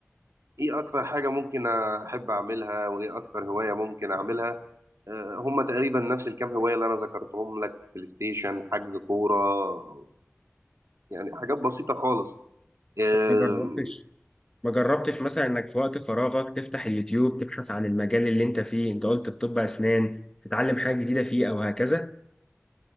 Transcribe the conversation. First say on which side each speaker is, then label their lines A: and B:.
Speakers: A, on the right; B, on the left.
A: إيه أكتر حاجة ممكن أحب أعملها وإيه أكتر هواية ممكن أعملها آه، هما تقريبا نفس الكام هواية اللي أنا ذكرتهم لك بلاي ستيشن حجز كورة يعني حاجات بسيطة خالص آه،
B: ما جربتش ما جربتش مثلا انك في وقت فراغك تفتح اليوتيوب تبحث عن المجال اللي انت فيه انت قلت في طب اسنان تتعلم حاجه جديده فيه او هكذا